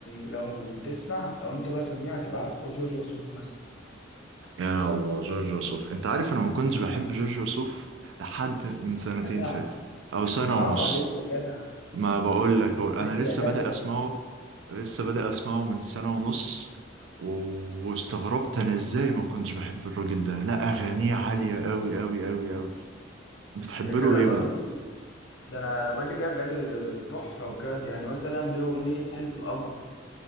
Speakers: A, on the left; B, on the right.
A: لو تسمع لو انت بقى سميع هتبقى عارفه جورج وسوف مثلا
B: يا الله جورج وسوف انت عارف انا ما كنتش بحب جورج وسوف لحد من سنتين
A: جدع
B: فاتوا او سنة
A: حرام
B: ونص
A: عليك يا جدع
B: ما بقول
A: حرام
B: لك هو انا
A: عليك يا
B: لسه
A: جدع
B: بادئ اسمعه لسه بادئ اسمعه من سنة ونص و- واستغربت انا ازاي ما كنتش بحب الراجل ده لا اغانيه عالية قوي قوي قوي قوي بتحب
A: يا جدع
B: له ايه
A: ده
B: بقى
A: الراجل ده انا الراجل ليه اغاني تحفه بجد يعني مثلا ليه اغنيه حلف القمر